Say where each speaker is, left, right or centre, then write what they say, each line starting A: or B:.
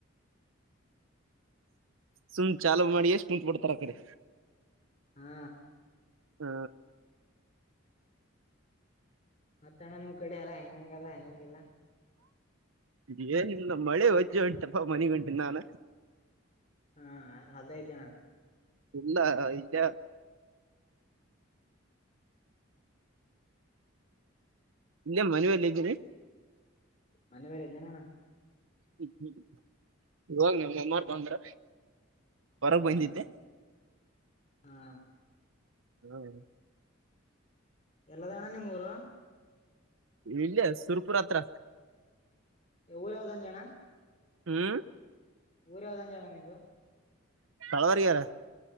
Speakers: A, on the right; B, on the left.
A: ಸುಮ್ ಚಾಾಲೂ ಮಾಡಿ ಎಷ್ಟು ಉಂಟ ಪಡ್ತಾರ ಆ ಕಡೆ
B: ಹಾ
A: ಹಾ
B: ಮತ್ತ ಅಣ್ಣ ನಿಮ್ ಕಡೆ ಎಲ್ಲಾ ಹೆಂಗಂಗ ಅದ ಹೆಂಗಂಗಗೆಿಲ್ಲಾ
A: ಇದ ಏನ್ ಮಳೆ ಹೊಜ್ಜೆ ಉಂಟಪ್ಪ ಮನಗ್ ಉಂಟ ನಾನ
B: ಹಾ ಯಾರು ಹೊಲ್ದ ಐದ್ದ್ಯಣ
A: ಇಲ್ಲ ಇಲ್ಲ ಇಲ್ಲ ಮನವಲ್ಲ ಇದ್ದೀನೆ
B: ಮನೆ ಬೇರೆ ಇದ್ದೇನಣ್ಣ
A: ಹ್ಮ್ಮ ಇವಾಗ್ ನ ಮಮ್ಮಾರ್ ಬಂದ್ರ ಹೊರಗೆ
B: ಹಾ
A: ಬಂದಿದ್ದೆ
B: ಹಾ
A: ಹ್ಮ್
B: ಎಲ್ಲದಣ್ಣನ ಮೂರು
A: ಇಲ್ಲಿಯ ಸುರ್ಪುರ ಹತ್ರ
B: ಊರ ಯಾವ್ದೊ ಒಂದ್ ಜನ
A: ಹ್ಮ್
B: ಊರ ಯಾವದಂದ ಜಣ ನಿಂದು
A: ತಳವಾರಗಾರ